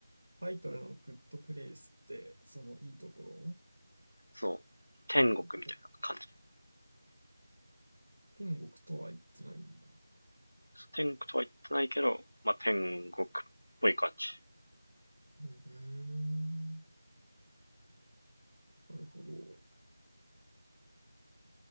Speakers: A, on the right; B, on the left.
A: タイトルのグッドプレイスって、そのいいところ
B: そう。天国みたいな感じ。
A: のこと、天国とは言ってないんだ。
B: 天国とは言ってないけど、まあ、天国っぽい感じ。
A: うん、うーんなるほど。